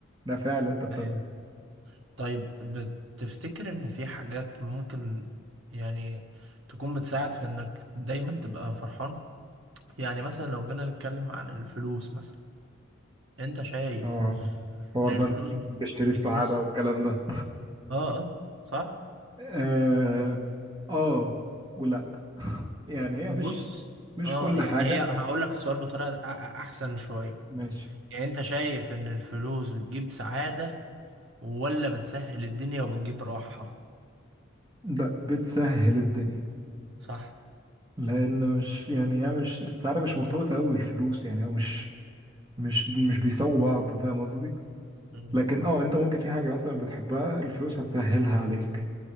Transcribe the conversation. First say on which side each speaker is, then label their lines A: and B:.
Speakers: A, on the right; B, on the right.
A: ده فعل انت بتاخده
B: أيوة. طيب بتفتكر إن في حاجات ممكن يعني تكون بتساعد في إنك دايما تبقى فرحان؟ يعني مثلا لو جينا نتكلم عن الفلوس مثلا أنت شايف
A: اه حوار
B: إن الفلوس
A: بقى بتشتري
B: بتجيب
A: السعادة
B: الس-
A: والكلام ده
B: آه آه صح؟
A: <laughs> اه ولا <laughs> يعني هي
B: بص
A: مش مش
B: اه
A: كل
B: يعني
A: حاجة
B: هي هقول لك السؤال بطريقة أ- أ- احسن شوية
A: ماشي
B: يعني انت شايف ان الفلوس بتجيب سعادة ولا بتسهل الدنيا وبتجيب راحة
A: ده بتسهل الدنيا
B: صح
A: لأن مش يعني هي مش السعادة مش مرتبطة أوي بالفلوس يعني هو مش مش مش بيساووا بعض فاهم قصدي
B: مم،
A: لكن
B: مم.
A: اه انت ممكن في حاجة مثلا بتحبها الفلوس هتسهلها عليك